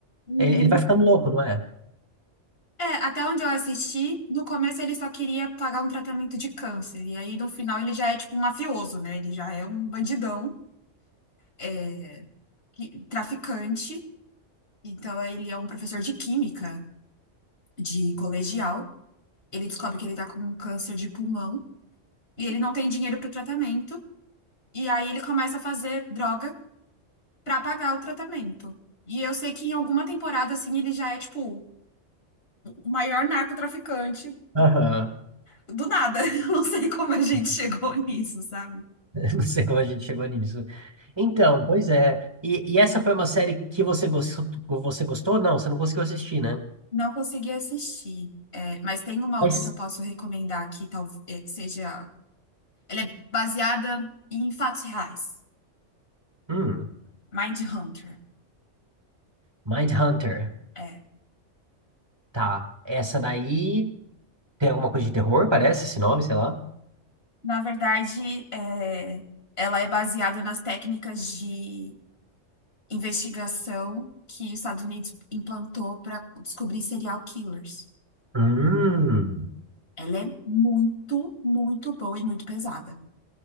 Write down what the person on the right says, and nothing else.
Ele, ele vai ficando louco, não é?
Aham.
<laughs>
Não sei como a gente chegou nisso. Então, pois é. E, e essa foi uma série que você gostou? Você gostou? Não, você não conseguiu assistir, né?
Mas,
hum,
Mindhunter.
Tá. Essa daí tem alguma coisa de terror, parece, esse nome, sei lá.
Hum.